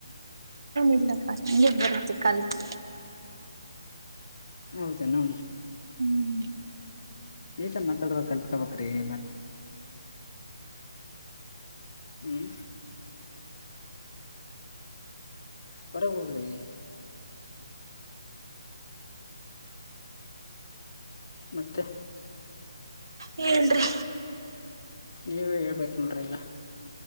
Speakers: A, on the right; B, on the left.
A: ಇಲ್ಲಪ್ಪ ಹಂಗೆ ಬರುತ್ತೆ ಕಲಿತ
B: ಹೌದೆನು.
A: ಹ್ಮ್
B: ನಿಟಾಗಿ ಮಾತಾಡಕ ಕಲ್ತ್ಕೋಬೇಕರಿ ಎಲ್ಲಾನು. ಹ್ಮ್ ಹೊರಗ ಹೋಗ್ ರಿ ಮತ್ತೆ
A: ಹೇಳ್ರಿ
B: ನೀವೆ ಹೇಳ್ಬೇಕ ನೊಡ್ರಿ ಎಲ್ಲ.